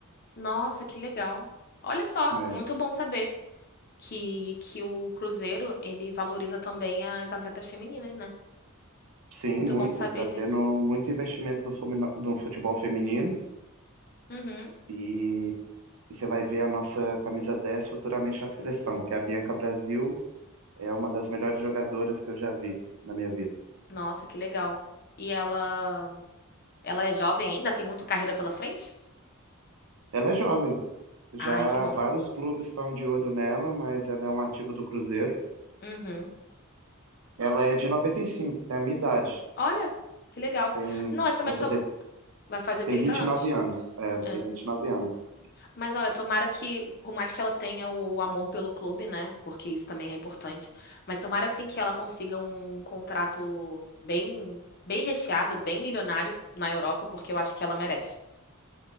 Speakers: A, on the left; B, on the right.
A: Nossa, que legal. Olha só,
B: né?
A: muito bom saber. que, que o Cruzeiro, ele valoriza também as atletas femininas, né?
B: Sim,
A: Muito
B: muito.
A: bom saber
B: Está
A: disso.
B: tendo muito investimento no, fumi- no futebol feminino.
A: Uhum.
B: E, e você vai ver a nossa camisa 10 futuramente na seleção, que é a Bianca Brasil é uma das melhores jogadoras que eu já vi na minha vida.
A: Nossa, que legal. E ela, ela é jovem ainda? Tem muito carreira pela frente?
B: Ela é jovem, já
A: Ai, que bom.
B: vários clubes estão de olho nela, mas ela é um ativo do Cruzeiro.
A: Uhum.
B: Ela é de 95, tem a minha idade,
A: Olha, que legal.
B: tem,
A: Nossa, mas
B: vai fazer,
A: tom- vai fazer
B: tem
A: 30
B: 29
A: anos.
B: anos. É, tem
A: É.
B: 29 anos.
A: Mas olha, tomara que, por mais que ela tenha o amor pelo clube, né? Porque isso também é importante. Mas tomara assim que ela consiga um contrato bem, bem recheado, bem milionário na Europa, porque eu acho que ela merece.